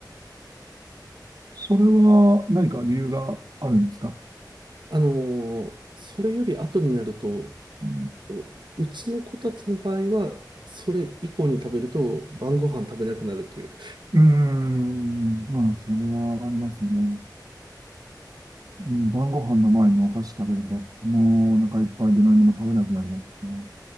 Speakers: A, on the right; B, on the right.
A: それは何か理由があるんですか
B: あのーそれより後になると、
A: うん
B: う、うちの子たちの場合は、それ以降に食べると晩ご飯食べなくなるという。
A: うーん、まあ、それはありますよね。うん、晩ご飯の前にお菓子食べると、もうお腹いっぱいで何も食べなくなりますよね。